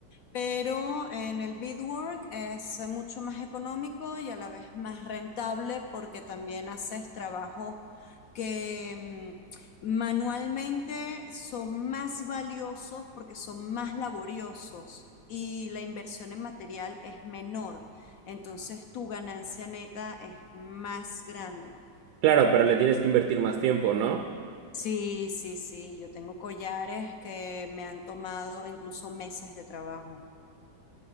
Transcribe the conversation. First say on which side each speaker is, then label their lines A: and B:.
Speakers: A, on the left (about 70°); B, on the right (about 70°).
A: pero en el beadwork es mucho más económico y a la vez más rentable porque también haces trabajos que mm, manualmente son más valiosos porque son más laboriosos y la inversión en material es menor. Entonces tu ganancia neta es más grande.
B: Claro, pero le tienes que invertir más tiempo, ¿no?
A: Sí, sí, sí, yo tengo collares que me han tomado incluso meses de trabajo.